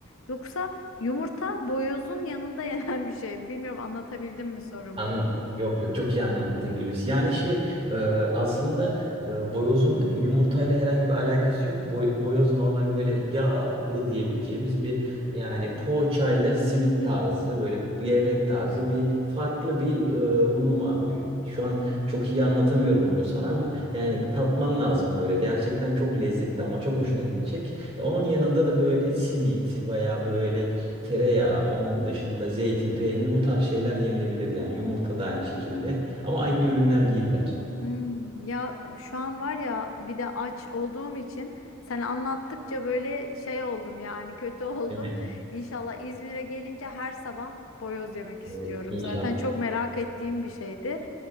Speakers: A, on the left; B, on the right.
A: Yoksa yumurta boyozun yanında <laughs> yenen bir şey mi? Bilmiyorum anlatabildim mi sorumu?
B: Anladım. Yok yok çok iyi anlattın Gülüs. Yani şey e, aslında e, boyozun yumurtayla herhangi bir alakası yok. Boy- boyoz normal böyle yağlı diyebileceğimiz bir yani poğaçayla simit tarzı böyle gevrek tarzı bir farklı bir e, unlu mamulü. Şu an çok iyi anlatamıyorum bunu sana ama yani tatman lazım böyle. Gerçekten çok lezzetli ama çok hoşuna gidecek. E, Onun yanında da böyle simit veya böyle tereyağı, onun dışında zeytin, peynir bu tarz şeyler yenilebilir yani. Yumurta da aynı şekilde. Ama aynı ürünler değiller.
A: Hmm, ya şu an var ya bir de aç olduğum için sen anlattıkça böyle şey oldum yani kötü <laughs> oldum.
B: Değil mi?
A: İnşallah İzmir'e gelince her sabah boyoz yemek istiyorum.
B: Evet, inşallah.
A: Zaten çok merak ettiğim bir şeydi.